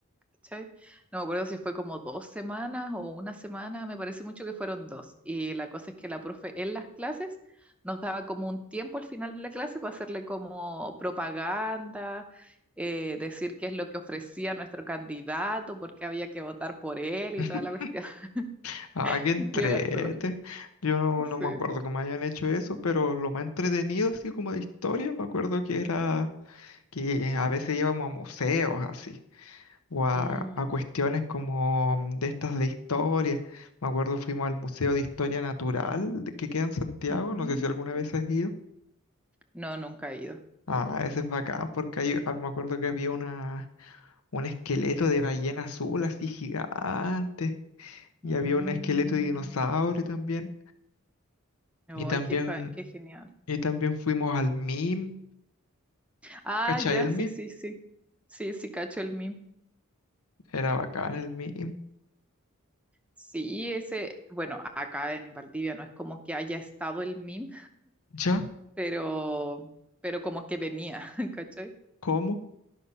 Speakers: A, in the centre; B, on the left.
A: ¿cachai? No me acuerdo si fue como dos semanas o una semana, me parece mucho que fueron dos. Y la cosa es que la profe en las clases nos daba como un tiempo al final de la clase para hacerle como propaganda, eh, decir qué es lo que ofrecía nuestro candidato, por qué había que votar por él
B: <laughs>
A: y toda la cuestión. <laughs>
B: Ah, qué entrete.
A: Y era súper-
B: Yo no, no
A: sí.
B: me acuerdo que me hayan hecho eso, pero lo más entretenido, así como de historia, me acuerdo que era que a veces íbamos a museos, así. o a,
A: Mm.
B: a cuestiones como mm, de estas de historia. Me acuerdo fuimos al Museo de Historia Natural de- que queda en Santiago,
A: Mm.
B: no sé si alguna vez has ido.
A: No, nunca he ido.
B: Ah, ese es bacán porque ahí ah, me acuerdo que había una, un esqueleto de ballena azul así gigante y
A: Mm.
B: había un esqueleto de dinosaurio también. Y también,
A: ay qué, ja- qué genial.
B: y también fuimos al MIM,
A: Ah,
B: ¿cachai?
A: ya,
B: El
A: sí,
B: MIM,
A: sí, sí. Sí, sí, cacho el meme.
B: era bacán el MIM.
A: Sí, ese, bueno, acá en Valdivia no es como que haya estado el meme,
B: ¿Ya?
A: pero, pero como que venía, <laughs> ¿cachai?
B: ¿Cómo?